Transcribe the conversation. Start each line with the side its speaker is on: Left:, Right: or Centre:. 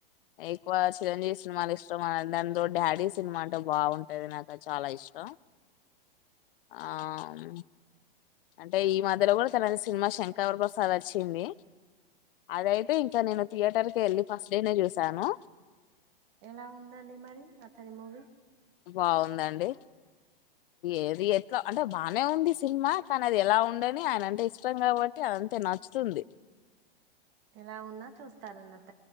Left: ఎక్కువ చిరంజీవి సినిమాలు ఇష్టం ఆ దానితో డాడీ సినిమా అంటే బాగుంటది నాకు చాలా ఇష్టం ఆమ్ అంటే ఈ మధ్యలో కూడా తన సినిమాస్ శంకర వర ప్రసాద్ వచ్చింది అదైతే ఇంకా నేను థియేటర్ కె వెళ్ళి ఫస్ట్ డే నే చూశాను
Right: ఎలా ఉందండి మరి అతని మూవీ
Left: బాగుందండి ఏది ఎట్లా అంటే బానే ఉంది సినిమా కానీ అది ఎలా ఉండని ఆయన అంటే ఇష్టం కాబట్టి ఆ అంతే నచ్చుతుంది
Right: ఎలా ఉన్నా చూస్తారన్నట్